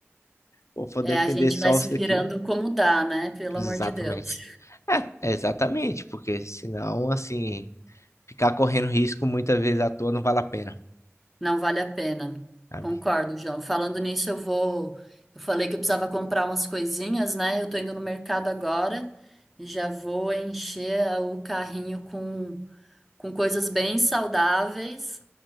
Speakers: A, on the left; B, in the centre.
A: pô, vou
B: É,
A: depender
B: a gente
A: só
B: vai se
A: isso daqui.
B: virando como dá, né? Pelo
A: Exatamente.
B: amor de Deus.
A: É, é exatamente, porque senão, assim, ficar correndo risco muitas vezes à toa não vale a pena,
B: Não vale a pena.
A: sabe?
B: Concordo, João. Falando nisso, eu vou. Eu falei que eu precisava comprar umas coisinhas, né? Eu tô indo no mercado agora e já vou encher a- o carrinho com, com coisas bem saudáveis